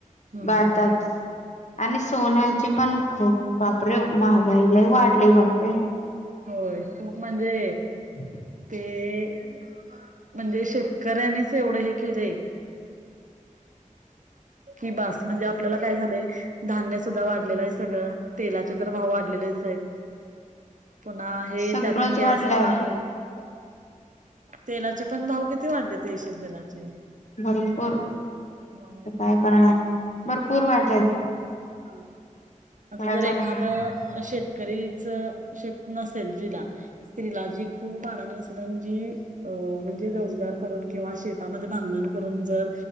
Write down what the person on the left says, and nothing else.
भारतात आणि सोन्याचे पण खूप बापरे महागाई लय वाढले बापरे
हम्
सगळंच
वाढलंय
भरपूर
काय करणार भरपूर वाढलेत
काय
करणार